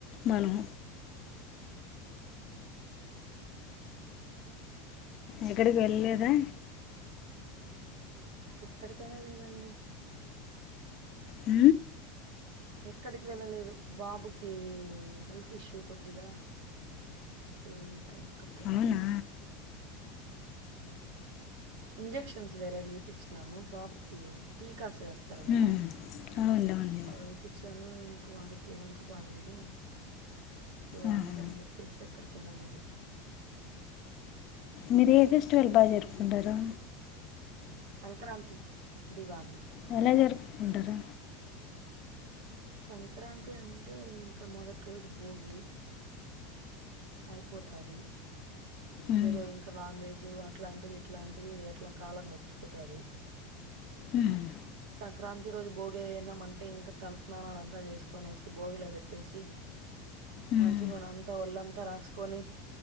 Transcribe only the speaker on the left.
మనం ఎక్కడికి వెళ్ళలేదా
ఊ
అవునా
ఉమ్, అవునులే అవునులే
ఆహా.
మీరు ఏది ఫెస్టివల్ బాగా జరుపుకుంటారా
మేనేజర్ ఉంటారు
ఉమ్,
ఉమ్,
ఉమ్.